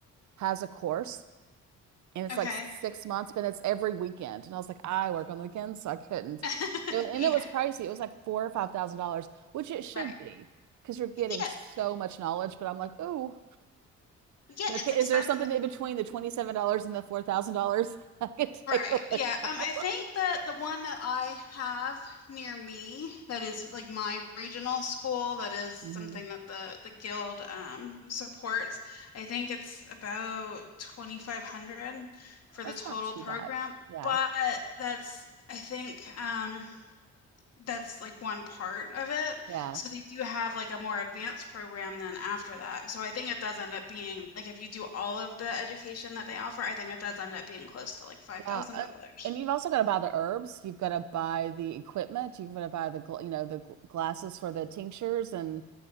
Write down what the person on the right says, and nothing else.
has a course and it's
like six months, but it's every weekend. And I was like, I work on the weekends, so I couldn't.
do it. And
it was pricey. It was like four or five thousand dollars, which it should
be because you're getting
so much knowledge. But I'm like, oh,
okay.
Is there something in between the twenty seven dollars and the four thousand dollars <laughs> I could
take a
look at?
hmm
That's
not too
bad. Yeah,
yeah,
yeah. And, and you've also got to buy the herbs. You've got to buy the equipment. You've got to buy the gl- you know the gl- glasses for the tinctures and